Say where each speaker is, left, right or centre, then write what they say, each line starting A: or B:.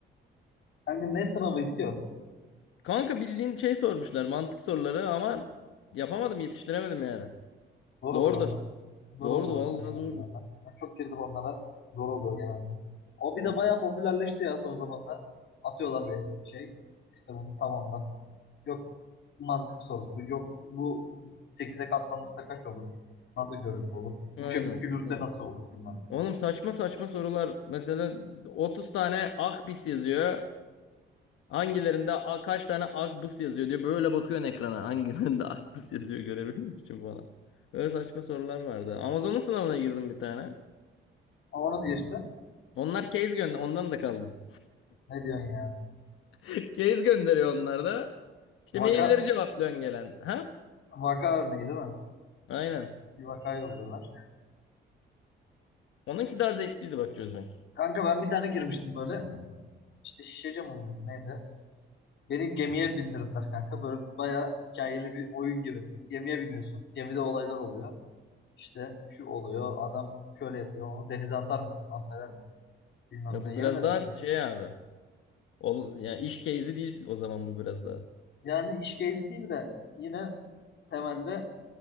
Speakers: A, on the left; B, on the left.
A: Kanka ne sınavıydı ki o?
B: Kanka bildiğin şey sormuşlar mantık soruları ama yapamadım yetiştiremedim yani.
A: Zor
B: Zordu.
A: oluyor onlar. Zor
B: Zordu
A: oluyor
B: vallahi
A: onlar genelde.
B: zordu.
A: Ben, ben çok girdim onlara. Zor oluyor genelde. O bir
B: O-
A: de bayağı popülerleşti ya son zamanlarda. Atıyorlar bir şey. İşte bunu tamamla. Yok mantık sorusu. Yok bu sekize katlanırsa kaç olur? Nasıl görüntü olur?
B: Aynen.
A: Üçe bükülürse
B: Aynen.
A: nasıl olur? Bilmem mesela.
B: Oğlum saçma saçma sorular. Mesela 30 tane Akbis yazıyor. Hangilerinde a- kaç tane akbıs yazıyor diyor. Böyle bakıyorsun ekrana. Hangilerinde <laughs> akbıs yazıyor görebilmek için falan. Böyle saçma sorular vardı. Amazon'un sınavına girdim bir tane.
A: Ama nasıl geçti?
B: Onlar case gönder ondan da kaldım.
A: Ne diyorsun ya?
B: <laughs> Case gönderiyor onlar da. İşte
A: Vaka,
B: mailleri cevaplıyorsun gelen. Ha?
A: vaka örneği değil mi?
B: Aynen.
A: Bir vaka yolluyorlar.
B: Onunki daha zevkliydi bak çözmek.
A: Kanka ben bir tane girmiştim böyle. İşte şişe camı mıydı neydi? Beni gemiye bindirdiler kanka. Böyle bayağı hikayeli bir oyun gibi. Gemiye biniyorsun. Gemide olaylar oluyor. İşte şu oluyor. Adam şöyle yapıyor. Onu denize atar mısın? Affeder misin? Bilmem
B: Ya
A: ne.
B: bu
A: Yemin
B: biraz
A: ederim.
B: daha şey abi. Ol, yani iş case'i değil o zaman bu biraz daha.
A: Yani iş gezi değil de yine temelde